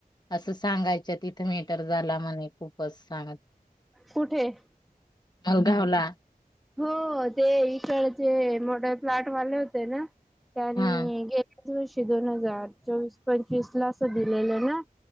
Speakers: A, on the left (about 25°); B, in the centre.
A: असं सांगायच्या ती - मॅटर झाला म्हणे खूपच सांगत,
B: कुठे
A: मलगावला.
B: हो ते इकडचे मोठ प्लटवाले होते ना, त्यांनी
A: हा
B: घे - पाच वर्षी दोन हजार चोवीस, पंचवीस ला असं दिलेलं ना,